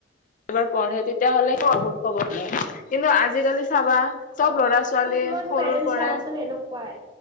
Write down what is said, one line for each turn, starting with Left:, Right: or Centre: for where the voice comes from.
Left: এবাৰ পঢ়ে তেতিয়া হ'লে ত বহুত কব লাগে কিন্তু আজি কালি চাবা। চব
Right: অ',
Left: ল'ৰা ছোৱালী
Right: কিছুমান
Left: সৰুৰ
Right: পেৰেণ্টছ
Left: পৰাই,
Right: চাবাচোন এনেকুৱাই